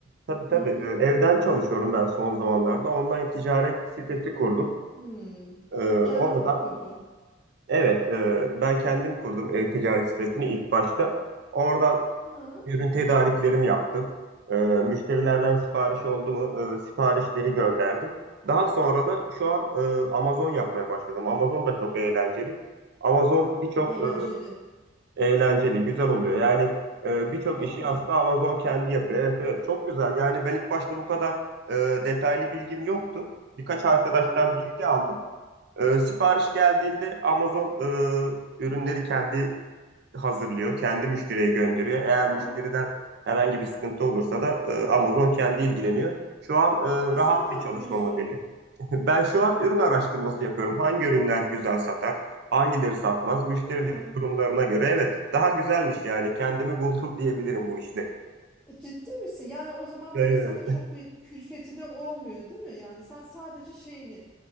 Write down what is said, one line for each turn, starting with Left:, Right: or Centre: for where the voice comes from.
Right: tabii tabii
Centre: Hı hı.
Right: e, evden çalışıyorum ben son zamanlarda. Online ticaret sitesi kurdum.
Centre: Hmm.
Right: E, oradan
Centre: Kendin mi kurdun?
Right: evet e, ben kendim kurdum e-ticaret sitesini ilk başta. Oradan
Centre: Ha,
Right: ürün tedariklerimi yaptım. E, müşterilerden sipariş oldu mu e, siparişleri gönderdim. Daha sonra da şu an e, Amazon yapmaya başladım. Amazon da çok eğlenceli. Amazon birçok
Centre: eğlenceli.
Right: e, Eğlenceli, güzel oluyor. Yani e, birçok
Centre: Valla.
Right: işi aslında Amazon kendi yapıyor. Evet evet çok güzel. Yani ben ilk başta bu kadar e, detaylı bilgim yoktu. Birkaç arkadaştan
Centre: Hı hı.
Right: bilgi aldım. E, sipariş geldiğinde Amazon e, ürünleri kendi hazırlıyor, kendi müşteriye gönderiyor. Eğer
Centre: Tamam.
Right: müşteriden herhangi bir sıkıntı olursa da e, Amazon kendi ilgileniyor. Şu an e,
Centre: E
Right: rahat
Centre: sen ne
Right: bir
Centre: yapıyorsun?
Right: çalışma modeli. Ben şu an ürün araştırması yapıyorum. Hangi ürünler güzel satar, hangileri satmaz, müşterilerin
Centre: Ha.
Right: yorumlarına göre. Evet, daha güzelmiş yani. Kendimi buldum diyebilirim bu işle.
Centre: E, Ciddi misin? Yani o zaman
Right: Evet,
Centre: böyle sana çok bir külfeti de olmuyor, değil mi? Yani sen sadece şeyini